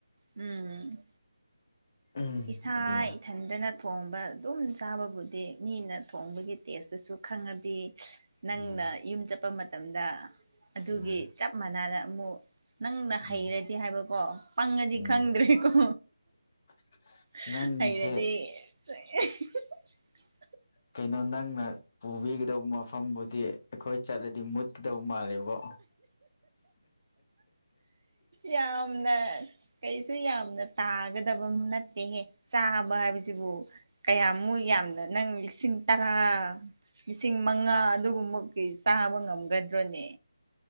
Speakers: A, on the right; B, on the left.
A: ꯎꯝ
B: ꯎꯝ
A: ꯏꯁꯥ
B: ꯑꯗꯨ
A: ꯏꯊꯟꯗꯅ ꯊꯣꯡꯕ ꯑꯗꯨꯝ ꯆꯥꯕꯕꯨꯗꯤ ꯃꯤꯅ ꯊꯣꯡꯕꯒꯤ ꯇꯦꯁꯇꯨꯁꯨ ꯈꯪꯉꯗꯤ ꯅꯪꯅ
B: ꯎꯝ
A: ꯌꯨꯝ ꯆꯠꯄ ꯃꯇꯝꯗ ꯑꯗꯨꯒꯤ
B: ꯎꯝ
A: ꯆꯞ ꯃꯥꯟꯅꯅ ꯑꯃꯨꯛ ꯅꯪꯅ
B: ꯎꯝ
A: ꯍꯩꯔꯗꯤ ꯍꯥꯏꯕꯀꯣ ꯄꯪꯉꯗꯤ
B: ꯎꯝ
A: ꯈꯪꯗ꯭ꯔꯦꯀꯣ
B: <unintelligible>
A: <unintelligible>
B: ꯅꯪꯒꯤꯁꯦ ꯀꯩꯅꯣ ꯅꯪꯅ ꯄꯨꯕꯤꯒꯗꯧꯕ ꯃꯐꯝꯕꯨꯗꯤ ꯑꯩꯈꯣꯏ ꯆꯠꯂꯗꯤ ꯃꯨꯠꯀꯗꯧ ꯃꯥꯜꯂꯦꯕꯣ
A: ꯌꯥꯝꯅ ꯀꯩꯁꯨ ꯌꯥꯝꯅ ꯇꯥꯒꯗꯕ ꯅꯠꯇꯦꯍꯦ ꯆꯥꯕ ꯍꯥꯏꯕꯁꯤꯕꯨ ꯀꯌꯥꯃꯨꯛ ꯌꯥꯝꯅ ꯅꯪ ꯂꯤꯁꯤꯡ ꯇꯔꯥ ꯂꯤꯁꯤꯡ ꯃꯉꯥ ꯑꯗꯨꯒꯨꯝꯕ ꯀꯩ ꯆꯥꯕ ꯉꯝꯒꯗ꯭ꯔꯣꯅꯦ